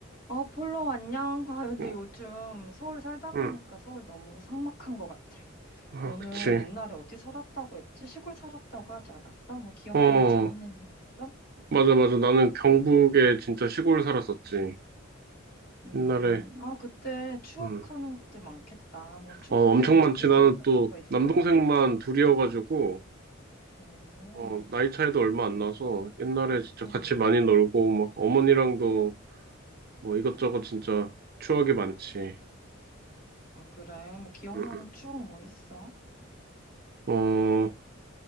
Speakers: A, on the left (about 45°); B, on the right (about 50°).
A: 어, 폴로, 안녕. 아, 근데
B: 어,
A: 요즘 서울 살다 보니까
B: 응.
A: 서울 너무 삭막한 것 같아.
B: 아,
A: 너는
B: 그치.
A: 옛날에 어디 살았다고 했지? 시골 살았다고 하지 않았어? 뭐 기억나는
B: 어,
A: 재밌는 일 없어?
B: 맞아, 맞아. 나는 경북에 진짜 시골 살았었지.
A: 음,
B: 옛날에.
A: 아, 그때 추억하는
B: 음.
A: 것들 많겠다. 뭐 추억되는
B: 어, 엄청 많지.
A: 에피소드
B: 나는
A: 같은
B: 또
A: 거 있어?
B: 남동생만 둘이어가지고,
A: 음,
B: 어, 나이 차이도 얼마 안 나서 옛날에 진짜
A: 음.
B: 같이 많이 놀고, 막 어머니랑도 뭐 이것저것 진짜 추억이 많지.
A: 아, 그래. 뭐 기억나는
B: 응, 응.
A: 추억 뭐 있어?
B: 어,